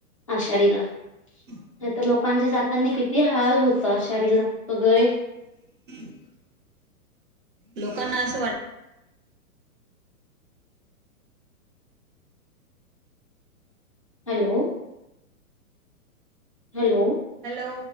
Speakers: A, on the left (about 25°); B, on the right (about 40°).
A: आषाढीला नाही
B: ना
A: तर लोकांचे जातानी किती हाल होतात आषाढीला वगैरे
B: <unintelligible> लोकांना असं वाट-
A: हॅलो हॅलो
B: हॅलो